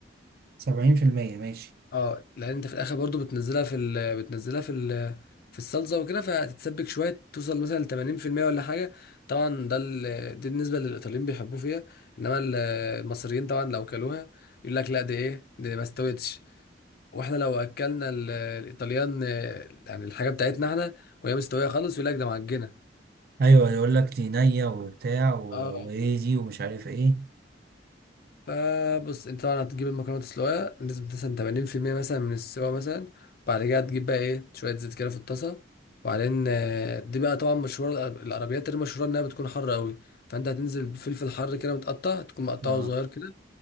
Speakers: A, on the right; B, on the left.
A: سبعين في المية ماشي
B: اه لان انت في الاخر برضو بتنزلها في ال... بتنزلها في ال... في الصلصه وكده فهتتسبك شويه توصل مثلا ل 80% ولا حاجه طبعا ده ال... دي بالنسبه للايطاليين بيحبوه فيها انما ال- المصريين طبعا لو كلوها يقول لك لا دي ايه دي ما استوتش واحنا لو اكلنا ال... الايطاليان آه، يعني الحاجه بتاعتنا احنا وهي مستويه خالص يقول لك ده معجنه
A: أيوة يقول لك دي نية وبتاع و...
B: اه
A: وإيه دي ومش عارف إيه
B: فبص انت طبعا هتجيب المكرونه تسلقها بنسبه مثلا 80% مثلا من السوا مثلا بعد كده هتجيب بقى ايه شويه زيت كده في الطاسه وبعدين آه، دي بقى طبعا مشهوره الأر- العربيات اللي مشهوره انها بتكون حاره قوي فانت هتنزل بفلفل حر كده متقطع تكون مقطعه
A: أه
B: صغير كده